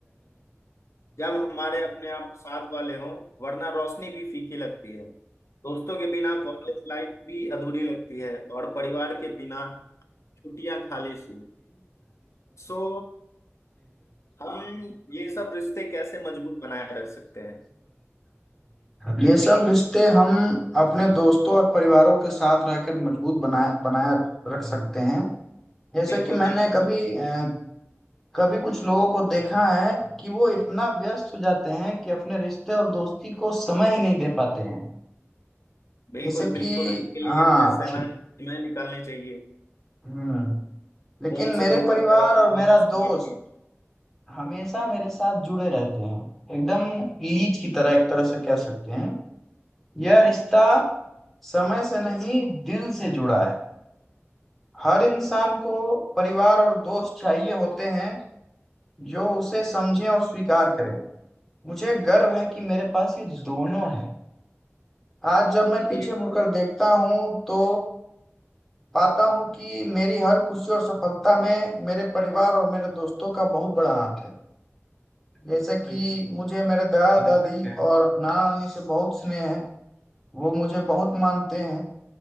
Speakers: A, on the left (about 85°); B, in the centre.
A: जब हमारे अपने आप साथ वाले हों वरना रोशनी भी फीकी लगती है दोस्तों के बिना कॉलेज लाइफ भी अधूरी लगती है और परिवार के बिना छुट्टियां खाली सी सो हम ये सब रिश्ते कैसे मजबूत बनाए रख सकते हैं
B: ये सब रिश्ते हम अपने दोस्तों और परिवारों के साथ रहकर मजबूत बनाए बनाए रख सकते हैं जैसे
A: बिल्कुल
B: कि मैंने
A: बिल्कुल
B: कभी
A: हम
B: अ, कभी कुछ लोगों को देखा है कि वो इतना व्यस्त हो जाते हैं कि अपने रिश्ते और दोस्ती को समय ही नहीं दे पाते हैं
A: बिल्कुल
B: जैसे
A: बिल्कुल
B: कि
A: इसके लिए
B: हाँ
A: हमें सेना सीमाएं निकालनी चाहिए
B: हम्म लेकिन
A: फोन
B: मेरे
A: से दूर
B: परिवार
A: रहकर अपने
B: और मेरा
A: लोगों से
B: दोस्त
A: बात की
B: हमेशा मेरे साथ जुड़े रहते हैं एकदम लीच की तरह एक तरह से कह सकते हैं यह रिश्ता समय से नहीं दिल से जुड़ा है हर इंसान को परिवार और दोस्त चाहिए होते हैं जो उसे समझें और स्वीकार करें मुझे गर्व है कि मेरे पास ये दोनों है आज जब मैं पीछे
A: बिल्कुल
B: मुड़कर देखता हूँ तो पाता हूँ कि मेरी हर खुशी और सफलता में मेरे परिवार और मेरे दोस्तों का बहुत बड़ा हाथ है जैसे कि मुझे मेरे दादा दादी और नाना नानी से बहुत स्नेह है वो मुझे बहुत मानते हैं